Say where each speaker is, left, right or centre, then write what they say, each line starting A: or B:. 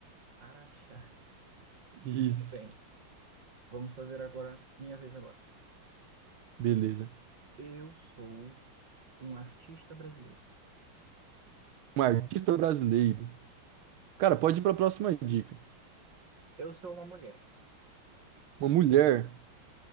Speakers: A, on the right; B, on the right.
A: Araxá.
B: Isso.
A: Tudo bem. Vamos fazer agora, minha vez agora.
B: Beleza.
A: Eu sou um artista brasileiro.
B: Um artista brasileiro. Cara, pode ir para a próxima dica.
A: Eu sou uma mulher.
B: Uma mulher.